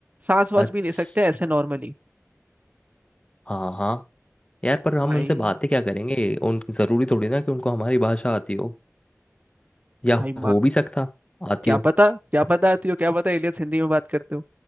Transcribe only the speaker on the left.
अच्छा
हाँ हाँ यार पर हम
उनसे बातें क्या करेंगे उन जरूरी थोड़ी ना कि उनको हमारी भाषा आती हो या
हो भी सकता आती
हो